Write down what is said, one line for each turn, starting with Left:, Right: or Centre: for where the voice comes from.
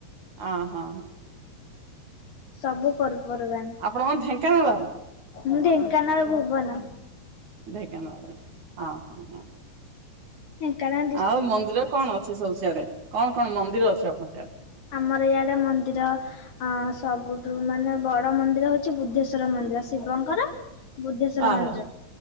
Right: ଅହ ହଁ।
Left: ସବୁ ପର୍ବପର୍ବାଣି।
Right: ଆପଣ କଣ ଢେଙ୍କାନାଳ?
Left: ମୁଁ ଢେଙ୍କାନାଳ ଭୁବନ।
Right: ଢେଙ୍କାନାଳ ହ ହଁ ହୁଁ।
Left: ଢେଙ୍କାନାଲ୍
Right: ଆଉ ମନ୍ଦିର କଣ ଅଛି ସବୁ ସିଆଡେ କଣ କଣ ମନ୍ଦିର ଅଛି ଆପଣଙ୍କ ଆଡେ?
Left: ଆମର ଇଆଡେ ମନ୍ଦିର ଅ ସବୁଠୁ ମାନେ ବଡ ମନ୍ଦିର ହଉଛି ବୁଦ୍ଧେଶ୍ଵର ମନ୍ଦିର ଶିବଙ୍କର। ବୁଦ୍ଧେଶ୍ଵର
Right: ଆ
Left: ମନ୍ଦିର
Right: ହା।